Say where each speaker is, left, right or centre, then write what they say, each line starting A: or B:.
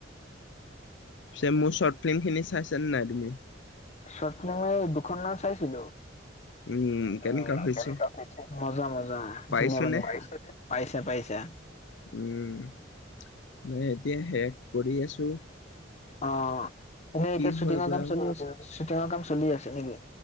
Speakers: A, on the left; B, on the left.
A: পিছে মোৰ শৰ্ট ফিল্ম খিনি চাইছানে নাই তুমি?
B: শৰ্ট ফিল্ম দুখন নাম চাইছিলোঁ।
A: উম। কেনেকুৱা
B: উম'
A: হৈছে
B: মজা-মজা
A: পাৰিছনে?
B: ধুনীয়া বনাইছে, পাৰিছে পাৰিছে।
A: উম' মইয়ো এতিয়া সেই কৰি আছোঁ।
B: অ, এনেই এতিয়া শ্বুটিঙৰ
A: হয় গৈ
B: কাম
A: আৰু
B: চলি আছে, শ্বুটিঙৰ কাম চলি আছে নেকি?